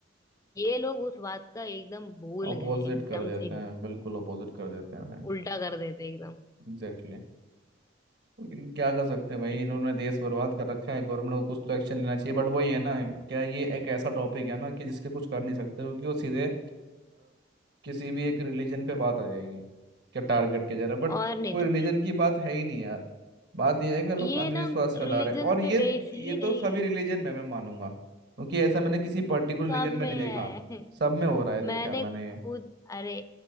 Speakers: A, on the left; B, on the right.
A: ये लोग उस बात का एकदम भूल
B: अपोजिट
A: गए हैं, एकदम
B: कर देते
A: से ही
B: हैं बिल्कुल अपोजिट कर देते हैं भाई
A: उल्टा कर देते एकदम
B: Exactly exactly. लेकिन क्या कर सकते हैं भाई
A: ये
B: इन्होंने
A: तो
B: देश बर्बाद कर रखा है गवर्नमेंट को कुछ तो एक्शन लेना चाहिए बट वही है ना क्या ये एक ऐसा टॉपिक है ना कि जिसके कुछ कर नहीं सकते क्योंकि वो सीधे अ, किसी भी एक रिलीजन पे बात आ जाएगी क्या टारगेट किया जा रहा है बट
A: और नहीं
B: कोई
A: तो
B: रिलीजन
A: क्या
B: की बात है ही नहीं यार बात यह है कि लोग
A: ये
B: अंधविश्वास
A: ना
B: फैला
A: रिलीजन
B: रहे हैं और ये
A: पे बेस ही
B: ये तो
A: नहीं
B: सभी
A: है
B: रिलीजन में मैं मानूंगा क्योंकि ऐसा मैंने किसी पर्टिकुलर
A: सब
B: रिलीजन में
A: में
B: नहीं देखा
A: है <laughs>
B: सब में हो रहा है देखा
A: मैंने
B: मैंने ये
A: खुद अरे